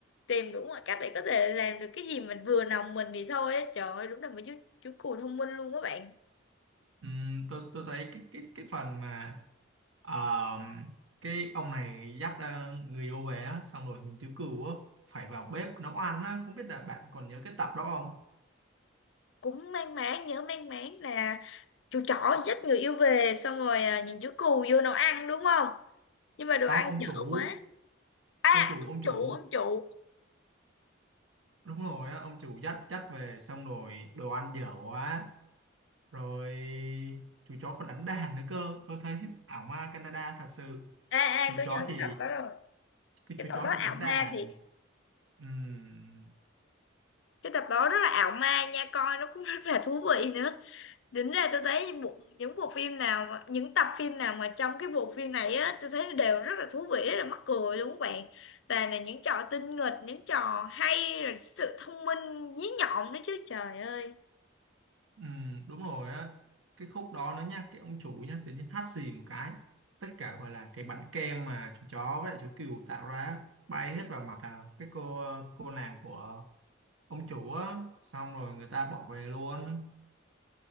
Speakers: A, on the left (about 65°); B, on the right (about 80°).
A: Tìm đủ mọi cách để có thể làm được cái gì mình vừa lòng mình thì thôi á. Trời ơi, đúng là mấy chú chú cừu thông minh luôn á bạn.
B: Ừm, tôi tôi thấy cái cái cái phần mà ờ, cái ông này dắt ờ, người yêu về á xong rồi những chú cừu á phải vào bếp nấu ăn á không biết là bạn còn nhớ cái tập đó không
A: Cũng mang máng nhớ mang máng là chú chó dắt người yêu về xong rồi à, những chú cừu vô nấu ăn đúng không? Nhưng mà đồ
B: không
A: ăn
B: ông
A: dở
B: chủ
A: quá. À,
B: ông chủ ông
A: ông chủ,
B: chủ
A: ông chủ.
B: đúng rồi á ông chủ dắt dắt về xong rồi đồ ăn dở quá rồi chú chó còn đánh đàn nữa cơ tôi thấy ảo ma Canada thật sự
A: ê ê
B: chú
A: tôi
B: chó
A: nhớ cái
B: thì
A: tập đó rồi
B: cái
A: cái
B: chú
A: tập
B: chó
A: đó
B: thì
A: ảo
B: đánh
A: ma
B: đàn
A: thì
B: Ừm,
A: cái tập đó rất là ảo ma nha coi nó cũng <laughs> rất là thú vị nữa tính ra tôi thấy bộ, những bộ phim nào mà, những tập phim nào mà trong cái bộ phim này á tôi thấy đều rất là thú vị rất là mắc cười đúng không bạn toàn là những trò tinh nghịch những trò hay rồi sự thông minh dí nhọn nữa chứ trời ơi
B: ừm, đúng rồi á cái khúc đó nữa nha cái ông chủ nha tự nhiên hắt xì một cái tất cả gọi là cái bánh kem mà chú chó với lại chú cừu tạo ra á, bay hết vào mặt à, cái cô cô nàng của ông chủ á xong rồi người ta bỏ về luôn